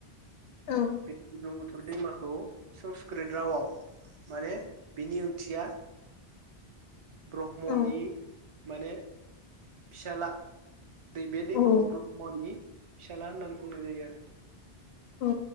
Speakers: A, on the left; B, on the right.
A: औ
B: बे बुरलुंबु थुर दैमाखौ संस्कृत रावआव माने बिनि ओंथिया ब्रह्मनि
A: औ
B: माने फिसाला दै बे दैमाखौ
A: औ
B: ब्रह्मनि फिसाला होननानै बुंनाय जायो आरो।
A: औ